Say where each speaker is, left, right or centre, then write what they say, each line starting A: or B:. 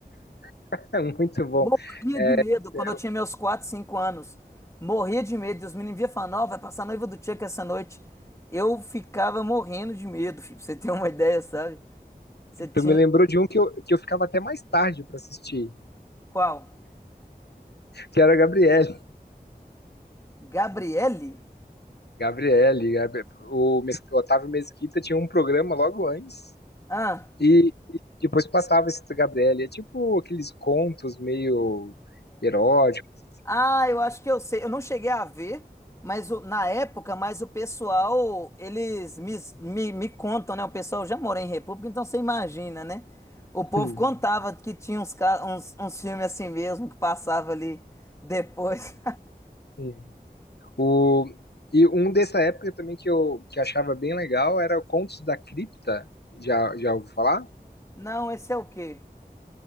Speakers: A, on the left; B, on the left.
A: <laughs> É muito bom.
B: Morria
A: É,
B: de medo quando
A: eu-
B: eu tinha meus 4, 5 anos. Morria de medo. E os meninos vinham falando: Ó, vai passar a noiva do Chuck essa noite. Eu ficava morrendo de medo, filho, pra você ter uma <laughs> ideia, sabe? Você tinha.
A: tu me lembrou de um que eu, que eu ficava até mais tarde pra assistir,
B: Qual?
A: que era a Gabriele.
B: Gabriele?
A: <laughs> Gabriele, Gabri- o Mes- o Otávio Mesquita tinha um programa logo antes
B: Ah,
A: e, e depois passava esse da Gabriele. É tipo aqueles contos meio eróticos.
B: Ah, eu acho que eu sei. Eu não cheguei a ver, mas o- na época, mas o pessoal, eles me, me, me contam, né? O pessoal já mora em República, então você imagina, né? O povo
A: <laughs>
B: contava que tinha uns, ca- uns, uns filmes assim mesmo que passava ali depois.
A: Hum, hum. O, e um dessa época também que eu que achava bem legal era o Contos da Cripta. Já, já ouviu falar?
B: <laughs> Não, esse é o quê?